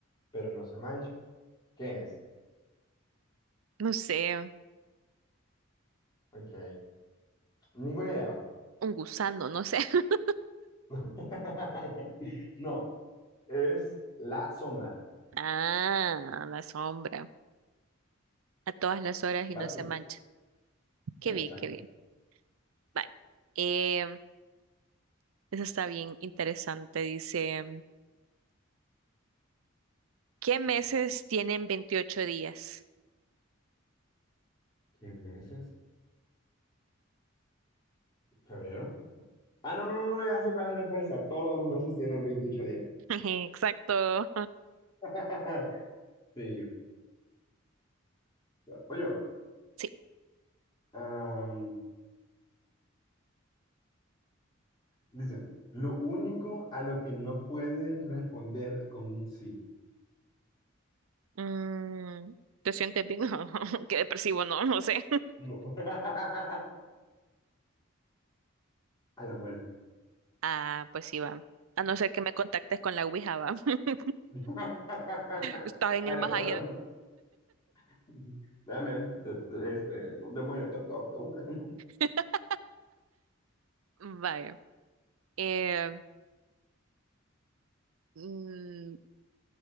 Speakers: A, on the left; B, on the right.
A: pero no se mancha. ¿Qué es?
B: no sé,
A: Ok, ninguna idea.
B: un gusano, no sé. <laughs>
A: <laughs> No, Es La Sombra.
B: Ah, la sombra. a todas las horas
A: Vas
B: y no se
A: tú.
B: mancha. Qué
A: Ah,
B: bien,
A: Exacto.
B: qué bien. Vale. Em, eso está bien interesante. Dice, ¿qué meses tienen veintiocho días?
A: ¿Qué meses? ¿Febrero? Ah, no, no, no, no, ya sé cuál es la respuesta. Todos los meses tienen veintiocho días.
B: <laughs> Exacto.
A: <laughs> Sí. Voy yo.
B: Sí.
A: Am, dice, lo único a lo que no puedes responder con un sí.
B: Mm, ¿te sientes bien? <laughs> Qué depresivo, no, no sé.
A: No. <laughs> A la muerte.
B: Ah, pues sí, va. A no ser que me contactes con la Ouija, va. <laughs>
A: <laughs>
B: Está en
A: A
B: el
A: ver,
B: más
A: dame,
B: allá.
A: un- <laughs> dame un- te- te- este, un demonio, toc, toc, te buscan.
B: <laughs> Vaya. Eh, mm,